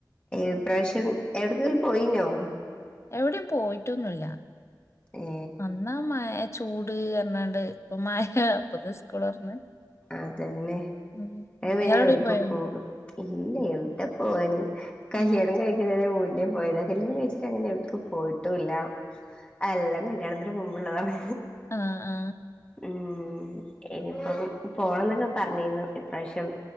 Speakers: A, on the left; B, on the left.
A: ഇപ്രാവശ്യം എവിടെക്കെങ്കിലും പോയിനോ?
B: എവിടിം പോയിട്ടൊന്നുല്ല
A: ഏ
B: അന്നാ മഴത് ചൂട് പറഞ്ഞണ്ട് ഇപ്പ മഴ അപ്പൊക് സ്കൂൾ തൊറന്ന്
A: അതന്നെ
B: ഉം
A: ഞാൻ പിന്നെ
B: ഇയാളെവിടെയും
A: എവിടക്ക്
B: പോയ?
A: പോകും ഇല്ല എവിടെ പോവാന്? കല്യാണം
B: ഉം.
A: കഴിക്കുന്നതിന്റെ മുൻ <unintelligible> കല്യാണം കയിച്ചാരെ അങ്ങനെ എവിട്ക്കും പോയിട്ടൂല്ല അല്ല കല്യാണത്തിന് മുൻപുള്ളതാണ്.
B: ആ ആ
A: ഉം ഉം ഇനിപ്പം പോണം എന്നൊക്കെ പറഞ്ഞിരുന്നു ഇപ്രാവശ്യം